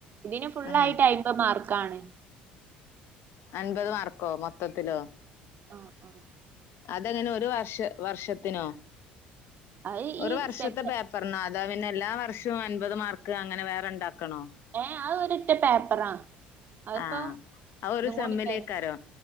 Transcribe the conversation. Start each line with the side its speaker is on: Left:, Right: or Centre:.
Right: ഇതിന് ഫുൾ
Left: ആഹ്
Right: ആയിട്ട്. മാർക്കാണ്.
Left: അൻപത് മാർക്കോ മൊത്തത്തിലോ?
Right: ആഹ് ആഹ്
Left: അതെങ്ങനെ ഒരു വർഷ വർഷത്തിനോ?
Right: അത്
Left: ഒരു
Right: ഈ
Left: വർഷത്തെ
Right: സെക്ക
Left: പേപ്പറിനോ അതോ പിന്നെ എല്ലാ വർഷവും അൻപത് മാർക്ക് അങ്ങനെ വേറെ ഇണ്ടാക്കണോ?
Right: ഏഹ് അത് ഒറ്റ പേപ്പറാ അതിപ്പോ
Left: ആഹ് അത് ഒരു
Right: ഇതും
Left: സെമ്മിലേക്കാരം
Right: കൂടി കാര്.